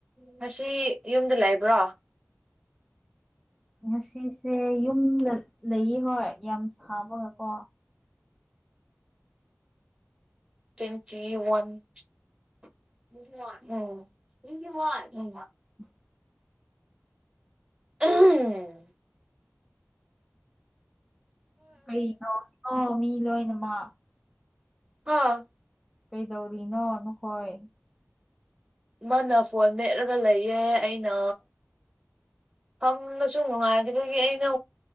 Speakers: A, on the right; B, in the centre.
A: ꯉꯁꯤ ꯌꯨꯝꯗ ꯂꯩꯕꯔꯣ
B: ꯉꯁꯤꯁꯦ ꯌꯨꯝꯗ ꯂꯩꯌꯦ ꯍꯣꯏ ꯌꯥꯝ ꯁꯥꯕꯒ ꯀꯣ
A: ꯇꯨꯋ‌ꯦꯟꯇꯤ ꯋꯥꯟ <unintelligible>
B: <inaudible>
A: ꯑꯍꯝ
B: ꯀꯩꯅꯣꯗ‌ꯣ ꯃꯤ ꯂꯣꯏꯅꯃꯛ
A: ꯍꯥ
B: ꯀꯩꯗꯧꯔꯤꯅꯣ ꯅꯈꯣꯏ
A: ꯃꯥꯅ ꯐꯣꯟ ꯃꯦꯠꯂꯒ ꯂꯩꯌꯦ ꯑꯩꯅ ꯐꯝꯕꯁꯨ ꯅꯨꯡꯉꯥꯏꯕꯗꯨꯒꯤ ꯑꯩꯅ